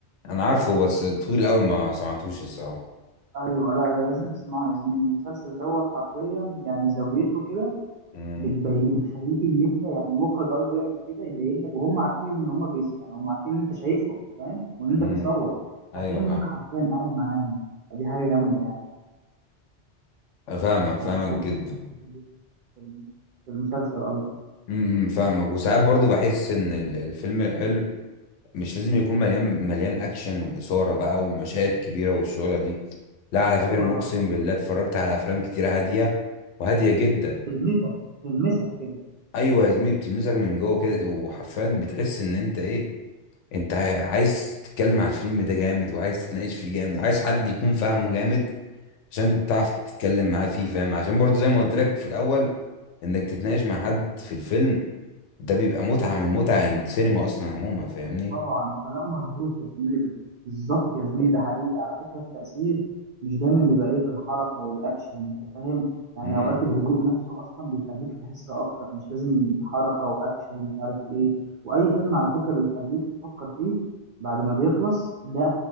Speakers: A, on the left; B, on the right.
A: انا عارفه بس طويل قوي ما سمعتوش الصراحه
B: ايوه لا لا لازم تسمعه يا زميلي المسلسل دوت حرفيا يعني زاويته كده
A: امم
B: بتبين بتخليك ان انت يعني المخرج قصده يعمل كده يبين لك وهم عارفين ان هم بيس يعني هم عارفين ان انت شايفهم فاهم وان انت
A: امم
B: بتصور
A: ايوه
B: اكنك
A: فاهم
B: حرفيا قاعد معاهم دي حاجه جامده يعني
A: فاهمك
B: بصراحه
A: فاهمك
B: دي حاجه
A: جدا
B: في الم- في المسلسل قصدي
A: امم فاهمك وساعات برضو بحس ان ال- الفيلم الحلو مش لازم يكون مليان مليان اكشن واثاره بقى ومشاهد كبيره والشغله دي لا على فكره
B: ايوه
A: انا
B: طبعا
A: اقسم بالله اتفرجت على افلام كتيره هاديه وهاديه جدا
B: تلمسك تلمسك كده
A: ايوه يا زميلي بتلمسك من جوه كده وحرفيا بتحس ان انت ايه انت عايز تتكلم على الفيلم ده جامد وعايز تتناقش فيه جامد عايز حد يكون فاهمه جامد عشان تعرف تتكلم معاه فيه فاهم عشان برضو زي ما
B: ايوه
A: قلت لك في الاول انك تتناقش مع حد في الفيلم ده بيبقى متعة من متع عند السينما اصلا عموما فاهمني
B: طبعا كلام مظبوط يا زميلي بال- بالظبط يا زميلي ده حقيقي على فكرة التأثير مش دايما بيبقى ايه في الحركة والأكشن أنت فاهم يعني
A: مم.
B: أوقات الهدوء نفسه أصلا بيخليك تحس أكتر مش لازم حركة وأكشن ومش عارف ايه وأي فيلم على فكرة بيخليك تفكر فيه بعد ما بيخلص ده